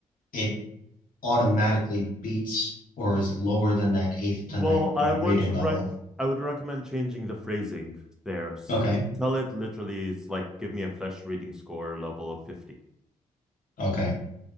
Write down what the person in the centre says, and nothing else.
Well,
I would
rec
I would recommend changing the phrasing there. S-
Tell it literally, it's like give me a flesh reading score level of 50.